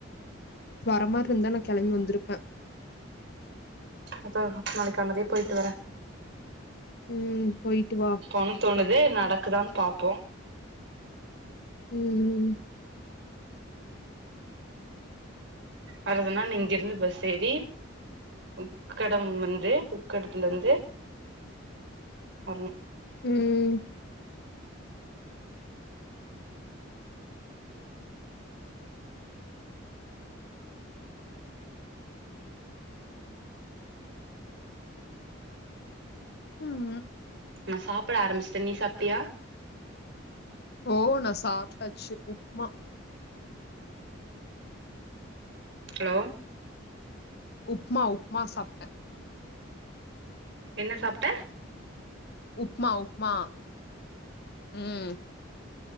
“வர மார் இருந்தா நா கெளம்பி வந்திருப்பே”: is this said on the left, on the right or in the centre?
Left